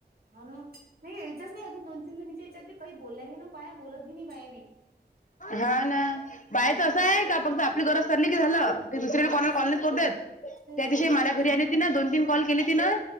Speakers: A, on the right; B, on the left.
A: ह नाही यायच नाही अजून दोन तीन जणीच्या यायच्याती काही बोलल्या नाही ना बाया बोलत बी नाही बाया बी
B: हा ना बायचं
A: मग सांग
B: असं आहे
A: काय करशील
B: का फक्त आपली गरज चाली की झालं ते दुसऱ्याकडे
A: हा
B: कोणाला
A: तसच
B: कॉलनी
A: आहे
B: करो
A: मग
B: देत
A: तेच
B: त्या दिवशी
A: ना मग
B: मला घरी आले तिन दोन तीन कॉल केले तिनं